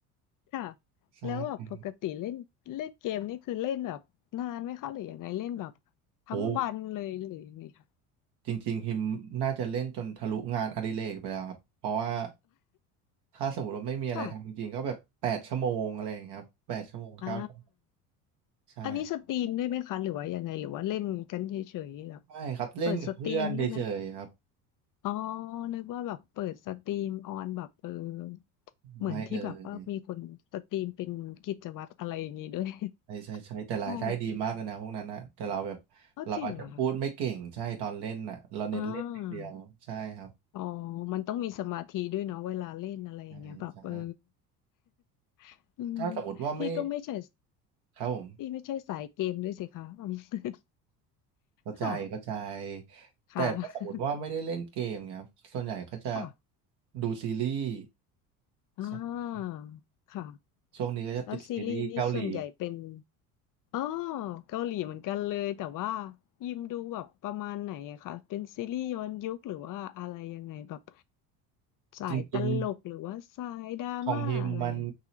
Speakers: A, on the left; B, on the right.
A: ค่ะ
B: ใช่
A: แล้วแบบปกติเล่นเล่นเกมนี่คือเล่นแบบนานไหมคะหรือยังไงเล่นแบบทั้งวันเลยหรือยังไงคะ
B: โอ้จริงๆฮิมน่าจะเล่นจนทะลุงานอดิเรกไปแล้วครับเพราะว่าถ้าสมมติว่าไม่มีอะไรทำจริงๆก็แบบแปดชั่วโมงอะไรอย่างเงี้ยครับแปดชั่วโมงเก้าชั่วโมง
A: <laughs> ค่ะอ่า
B: ใช่
A: อันนี้สตรีมได้ไหมคะหรือว่ายังไงหรือว่าเล่นกันเฉยๆแบบ
B: ไม่ครับเล่นกับเพื่อนเฉยๆครับ
A: เปิดสตรีมได้ไหมอ๋อนึกว่าแบบเปิดสตรีมออนแบบเออเหมือนที่แบบว่ามีคนสตรีมเป็นกิจวัตรอะไรอย่างนี้ด้วย
B: ไม่เลยใช่ใช่ใช่แต่รายได้ดีมากเลยนะพวกนั้นนะแต่เราแบบเราอาจจะพูดไม่เก่งใช่ตอนเล่นน่ะเราเน้นเล่นอย่างเดียวใช่ครับ
A: <laughs> อ๋อเอาจริงเหรอคะอ่าอ๋อมันต้องมีสมาธิด้วยเนาะเวลาเล่นอะไรอย่างเงี้ยแบบเออ
B: ใช่ใช่
A: <laughs> อืม
B: ถ้าสมมติว่าไม่
A: พี่ก็ไม่ใช่
B: ครับผม
A: พี่ไม่ใช่สายเกมด้วยสิคะอืม <laughs>
B: เข้าใจเข้าใจ
A: ค่ะค่ะ
B: แต่ถ้าสมมติว่าไม่ได้เล่นเกมเนี่ยครับส่วนใหญ่ก็จะ
A: <laughs> ค่ะ
B: ดูซีรีส์
A: อ่า
B: ใช่
A: ค่ะ
B: ช่วงนี้ก็จะติดซีรีส์เกาหลี
A: แล้วซีรีส์นี่ส่วนใหญ่เป็นอ๋อเกาหลีเหมือนกันเลยแต่ว่ายิมดูแบบประมาณไหนอะคะเป็นซีรีส์ย้อนยุคหรือว่าอะไรยังไงแบบสายตลกหรือว่าสายดราม่าอะไรอะ
B: จริงๆของฮิมมัน